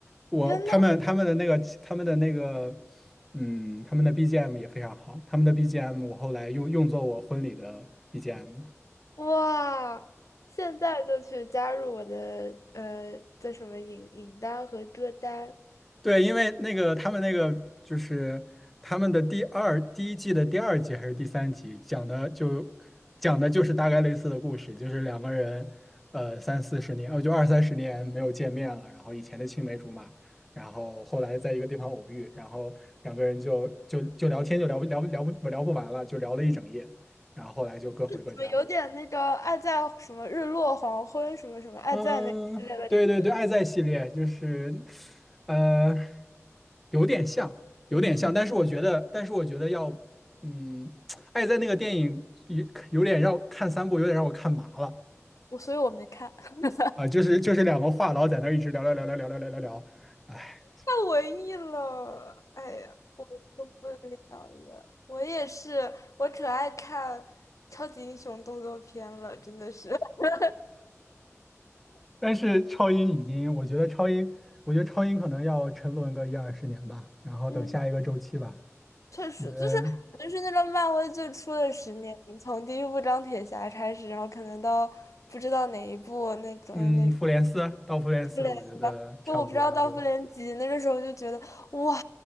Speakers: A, in the centre; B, on the left.
A: 我他们他们的那个他们的那个，
B: 天呐！
A: 嗯，他们的 BGM 也非常好，他们的 BGM 我后来用用作我婚礼的 BGM
B: 哇，现在就去加入我的呃，叫什么影影单和歌单。
A: 对，因为那个他们那个就是他们的第二第一季的第二集还是第三集，讲的就讲的就是大概类似的故事，就是两个人呃三四十年，呃就二三十年没有见面了，然后以前的青梅竹马，然后后来在一个地方偶遇，然后两个人就就就聊天就聊不聊不聊不聊不完了，就聊了一整夜，然后后来就各回各家了。
B: 怎么有点那个爱在什么日落黄昏什么什么爱在那个之类的感觉，
A: 嗯，对对对，爱在系列就是，呃，有点像，有点像，
B: 神奇。
A: 但是我觉得，但是我觉得要，嗯，<tsk> 爱在那个电影有有点让我看三部，有点让我看麻了
B: 我所以我没看 <laughs>，太
A: 啊，就是就是两个话痨在那儿一直聊聊聊聊聊聊聊聊聊，哎，
B: 文艺了，哎呀，我受不了了。我也是，我可爱看超级英雄动作片了，真的是。<laughs>
A: 但是超英已经，我觉得超英，我觉得超英可能要沉沦个一二十年吧，然后等下一个周期吧，
B: 嗯，确实，
A: 我觉得，
B: 就是就是那个漫威最初的十年，从第一部钢铁侠开始，然后可能到不知道哪一部那种那种。
A: 嗯，复联四到复联四，
B: 复联吧，
A: 我觉得差不多了就，
B: 就我不知道到复联几，那个时候就觉得哇